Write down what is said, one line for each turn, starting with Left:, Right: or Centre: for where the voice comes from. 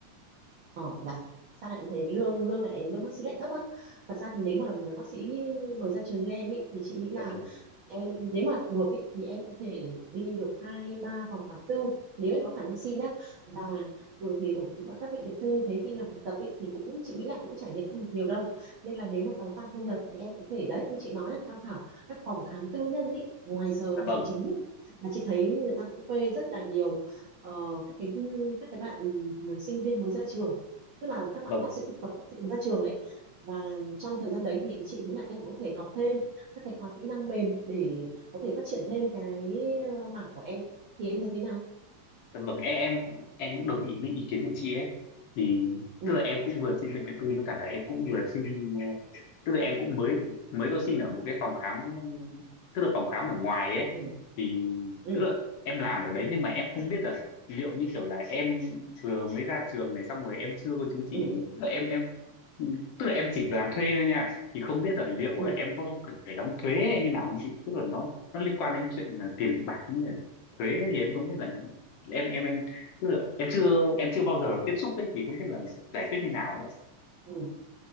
Right: Ờ, và sao lại thấy lương lương lại lương bác sĩ lại thấp á? Thật ra thì nếu mà một người bác sĩ mới ra trường như em ý, thì chị nghĩ là
Left: Dạ vâng,
Right: em nếu mà được ý, thì em có thể đi được hai ba phòng khám tư nếu em có khả năng xin nhá và thường thì ở các bệnh viện tư như thế khi làm thực tập ý, thì cũng chị nghĩ là cũng trải nghiệm không được nhiều đâu nên là nếu mà tăng tăng thu nhập thì em có thể đấy như chị nói là tham khảo các phòng khám tư nhân ý, ngoài giờ
Left: dạ
Right: hành
Left: vâng,
Right: chính ý. Và chị thấy người ta cũng thuê rất là nhiều ờ, các cái các cái bạn ừ, sinh viên mới ra trường tức là các bạn
Left: dạ vâng.
Right: bác sĩ thực tập bác sĩ mới ra trường ấy và trong thời gian đấy thì chị nghĩ là em có thể học thêm các cái khóa kỹ năng mềm để có thể phát triển thêm cái ờ, mảng của em thì em thấy thế nào
Left: Dạ vâng em, em cũng em cũng đồng ý với ý kiến của chị ấy thì
Right: ừ
Left: tức là em cũng vừa xin bệnh viện tư với cả là em cũng vừa xin ờ, tức là em cũng mới mới có xin ở một cái phòng khám ờ, tức là phòng khám ở ngoài ấy
Right: ừ
Left: thì
Right: ừ
Left: tức là em làm ở đấy nhưng mà em không biết là liệu như kiểu là em vừa mới ra trường này xong rồi em chưa có chứng chỉ
Right: ừ
Left: hành nghề tức là em em Ừ, tức là em chỉ làm thuê thôi nha thì không biết là liệu
Right: ừ,
Left: là em có cần phải đóng thuế hay như nào không chị tức là nó nó liên quan đến chuyện là tiền bạc với cả thuế thì em không biết là em em em tức là em chưa em chưa bao giờ tiếp xúc ấy thì không biết là giải quyết như nào ấy ạ
Right: ừ.